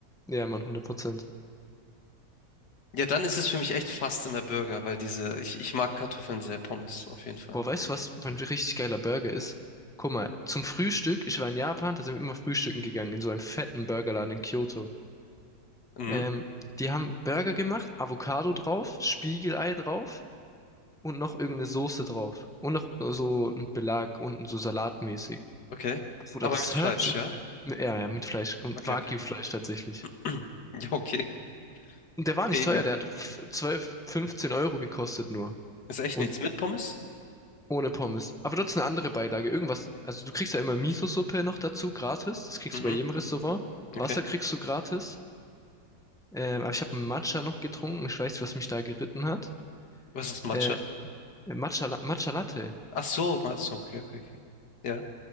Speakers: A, in the centre; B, on the left.
A: Ja, Mann, 100%.
B: Ja, dann ist es für mich echt fast immer Burger, weil diese, ich, ich mag Kartoffeln sehr, Pommes, auf jeden Fall.
A: Boah, weißt du, was mein richtig geiler Burger ist? Guck mal, zum Frühstück, ich war in Japan, da sind wir immer frühstücken gegangen, in so einem fetten Burgerladen in Kyoto.
B: Mhm.
A: Ähm, die haben Burger gemacht, Avocado drauf, Spiegelei drauf. und noch irgendeine Soße drauf. Und noch äh, so ein Belag unten, so salatmäßig.
B: Okay.
A: Bruder,
B: Aber
A: das
B: mit Fleisch,
A: hört. sich
B: ja?
A: Ja, ja, mit Fleisch. Und
B: Okay,
A: Wagyu-Fleisch
B: okay.
A: tatsächlich.
B: <clears throat> Ja, okay.
A: Und der war
B: Premium.
A: nicht teuer, der hat f- 12, 15 Euro gekostet nur.
B: Ist echt
A: Und
B: nichts. Mit Pommes?
A: ohne Pommes. Aber dort ist eine andere Beilage. Irgendwas. Also du kriegst ja immer Miso-Suppe noch dazu, gratis. Das kriegst
B: Mhm,
A: du bei jedem Restaurant. Wasser
B: okay.
A: kriegst du gratis. Ähm, aber ich habe Matcha noch getrunken. Ich weiß, nicht, was mich da geritten hat.
B: Was ist Matcha?
A: Äh, Matcha, Matcha Latte.
B: Ach so, ach so, okay, okay, okay. Ja.